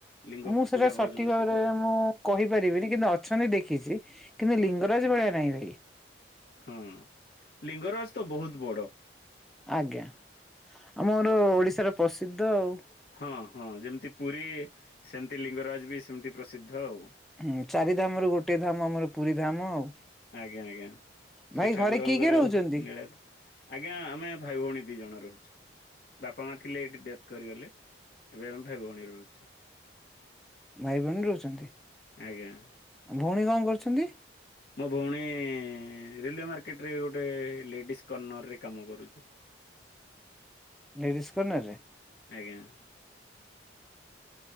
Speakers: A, on the left; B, in the centre.
A: ଲିଙ୍ଗ
B: ମୁଁ ସେଟା
A: ପୂଜା
B: ସଠିକ
A: ପାଉଛନ୍ତି
B: ଭାବରେ
A: ସେଠି ନା
B: ମୁଁ କହିପାରିବିନି କିନ୍ତୁ ଅଛନ୍ତି ଦେଖିଛି। କିନ୍ତୁ ଲିଙ୍ଗରାଜ ଭଳିଆ ନାହିଁ ଭାଇ।
A: ହଁ ଲିଙ୍ଗରାଜ ତ ବହୁତ ବଡ।
B: ଆଜ୍ଞା। ଆମର ଓଡ଼ିଶାର ପ୍ରସିଦ୍ଧ ଆଉ।
A: ହଁ ହଁ ଯେମିତି ପୁରୀ ସେମିତି ଲିଙ୍ଗରାଜ ବି ସେମିତି ପ୍ରସିଦ୍ଧ ଆଉ।
B: ହୁଁ ଚାରି ଧାମ ରୁ ଗୋଟେ ଧାମ ଆମର ପୁରୀ ଧାମ ଆଉ।
A: ଆଜ୍ଞା ଆଜ୍ଞା।
B: ଭାଇ
A: ସେ ଠାକୁରଙ୍କର
B: ଘରେ କିଏ କିଏ ରହୁଛନ୍ତି
A: ନୀଳା ତ ଆଜ୍ଞା ଆମେ ଭାଇ ଭଉଣୀ ଦି ଜଣ ରହୁଛୁ। ବାପା ମା ଥିଲେ ଏଇଠି ଡେଥ୍ କରିଗଲେ। ଏବେ ଆମେ ଭାଇ ଭଉଣୀ ରହୁଛୁ।
B: ଭାଇ ଭଉଣୀ ରହୁଛନ୍ତି।
A: ଆଜ୍ଞା।
B: ଆଉ ଭଉଣୀ କଣ କରୁଛନ୍ତି?
A: ମୋ ଭଉଣୀ ରେଲୱ ମାର୍କେଟରେ ଗୋଟେ ଲେଡିସ୍ କର୍ଣ୍ଣର ରେ କାମ କରୁଛି।
B: ଲେଡ଼ିସ୍ କର୍ଣ୍ଣରରେ?
A: ଆଜ୍ଞା।